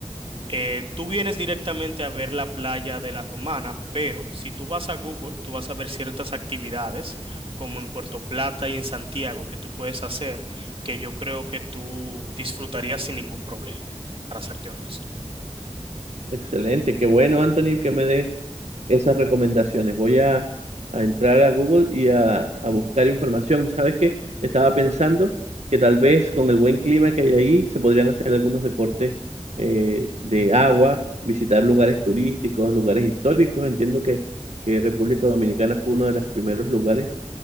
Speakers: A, on the right (about 50°); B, on the right (about 70°).
A: Eh, tú vienes directamente a ver la playa de La Romana, pero si tú vas a Google, tú vas a ver ciertas actividades como en Puerto Plata y en Santiago que tú puedes hacer, que yo creo que tú disfrutarías sin ningún problema, para serte honesto.
B: Excelente, qué bueno, Anthony, que me des esas recomendaciones. Voy a, a entrar a Google y a, a buscar información. ¿Sabes qué? Estaba pensando que tal vez con el buen clima que hay ahí se podrían hacer algunos deportes eh, de agua, visitar lugares turísticos, lugares históricos. Entiendo que, que República Dominicana fue uno de los primeros lugares